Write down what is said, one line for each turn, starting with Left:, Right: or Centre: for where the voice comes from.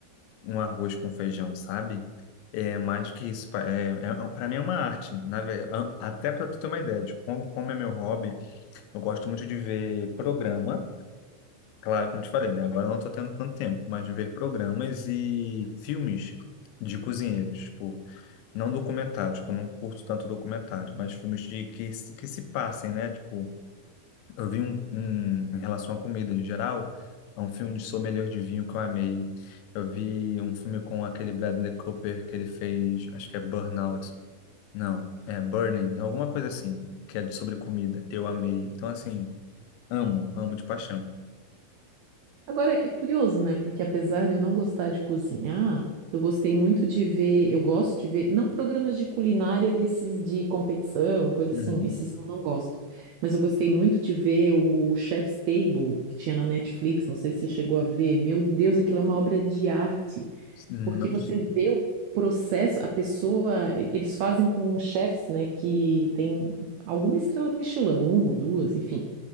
Left: um arroz com feijão, sabe? É mais que isso. pa- É, é, para mim é uma arte, na ve- a- Até para tu ter uma ideia de como, como é meu hobby, eu gosto muito de ver programa. Claro, como eu te falei, né? Agora eu não estou tendo tanto tempo, mas de ver programas e filmes de cozinheiros, tipo, não documentários, que eu não curto tanto documentário, mas filmes de que, se- que se passem, né? Tipo, eu vi um, um- em relação à comida em geral, é um filme de sommelier de vinho que eu amei. Eu vi um filme com aquele Bradley Cooper que ele fez, acho que é Burnout. Não, é Burning, alguma coisa assim, que é de- sobre comida. Eu amei. Então, assim, amo, amo de paixão.
Right: <laughs> Agora é curioso, né? Porque apesar de eu não gostar de cozinhar, eu gostei muito de ver, eu gosto de ver, não programas de culinária desses de competição e coisa
Left: Uhum.
Right: assim, esses eu não gosto. Mas eu gostei muito de ver o Chef's Table que tinha na Netflix, não sei se você chegou a ver. Meu Deus, aquilo é uma obra de arte.
Left: Não,
Right: Porque você
Left: che-
Right: vê o processo, a pessoa, e- eles fazem com chefes, né, que tem alguma estrela Michelin, uma ou duas, enfim.